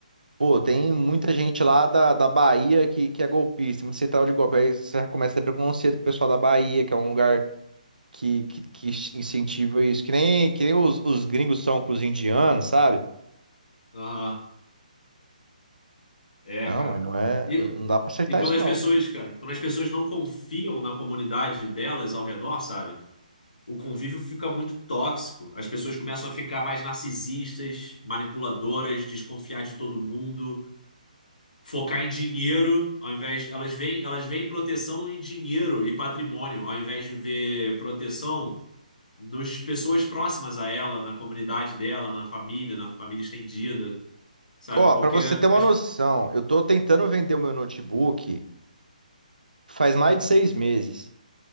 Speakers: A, on the right; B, on the left.
A: Pô, tem muita gente lá da, da Bahia que, que é golpista, muito central de golpe. Aí você já começa a ter preconceito com o pessoal da Bahia, que é um lugar que, que, que incentiva isso. Que nem, que nem os, os gringos são com os indianos, sabe?
B: aham, é,
A: Não,
B: cara.
A: mas não é.
B: E,
A: Não dá pra acertar
B: e quando
A: isso,
B: as
A: não.
B: pessoas, cara, quando as pessoas não confiam na comunidade delas ao redor, sabe? o convívio fica muito tóxico. As pessoas começam a ficar mais narcisistas, manipuladoras, desconfiar de todo mundo, focar em dinheiro, ao invés elas veem, elas veem proteção em dinheiro e patrimônio, ao invés de ver proteção nas pessoas próximas a ela, na comunidade dela, na família, na família estendida, sabe?
A: Ó,
B: Porque
A: pra você ter uma
B: as
A: noção, eu tô tentando vender o meu notebook faz mais de seis meses